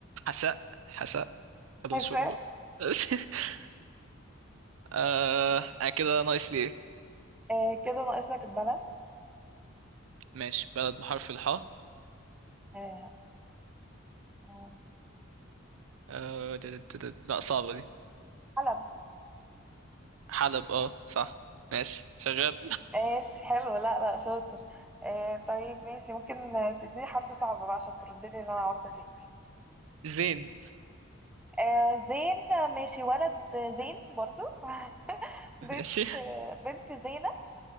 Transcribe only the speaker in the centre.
حساء
آه كده ناقص لك البلد
آه آه،
حلب
ايش حلو لا لا شاطر آه طيب ماشي ممكن آه، تديني حرف صعب بقى عشان تردلي اللي انا قلت فيه
آه زين آه، ماشي ولد آه، زين برضو <laughs> بنت
آه، بنت زينة